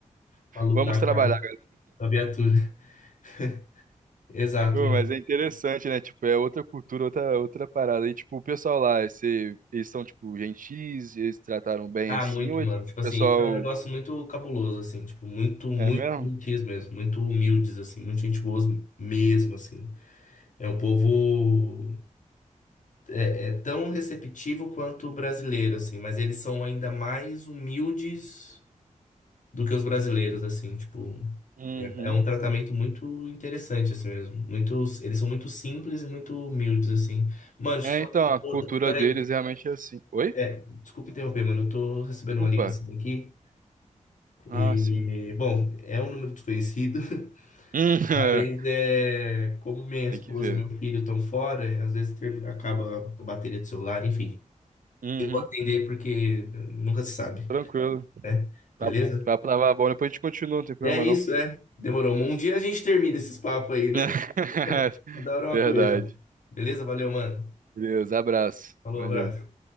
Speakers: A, on the left; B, on the right.
A: pra lutar
B: Vamos trabalhar.
A: com a, com a viatura. <laughs> Exato,
B: Pô,
A: mano.
B: mas é interessante, né? Tipo, é outra cultura, outra, outra parada. E, tipo, o pessoal lá, esse, eles são, tipo, gentis, eles se trataram bem
A: Ah,
B: assim,
A: muito,
B: ou
A: mano.
B: é, tipo,
A: Tipo assim,
B: o pessoal.
A: isso é um negócio muito cabuloso, assim. Tipo, muito, muito
B: É mesmo?
A: gentis mesmo. Muito humildes, assim. Muito gente boa mesmo, assim. É um povo... É, é tão receptivo quanto o brasileiro, assim. Mas eles são ainda mais humildes do que os brasileiros, assim, tipo,
B: Uhum.
A: é, é um tratamento muito interessante, assim mesmo. Muitos, eles são muito simples e muito humildes, assim. Mano, deixa
B: É,
A: eu te falar,
B: então,
A: eu
B: a
A: tô-
B: cultura
A: eu tô- peraí,
B: deles realmente é assim. Oi?
A: é, desculpa interromper, mano, eu tô recebendo uma
B: Opa.
A: ligação aqui.
B: Ah,
A: E,
B: sim.
A: bom, é um número desconhecido, <laughs>
B: Hum, <laughs>
A: mas é, como minha esposa
B: Tem que ver.
A: e meu filho estão fora, às vezes ter- acaba a bateria do celular, enfim.
B: Uhum.
A: Atender porque nunca se sabe,
B: Tranquilo.
A: né? Beleza?
B: Tá, tá pra lavar a bola, depois a gente continua, não tem problema
A: É isso,
B: não.
A: né? Demorou. Um dia a gente termina esses papos aí, né?
B: <laughs>
A: Adoro uma
B: Verdade.
A: coisa. Beleza? Valeu, mano.
B: Beleza, abraço.
A: Falou,
B: Valeu.
A: abraço.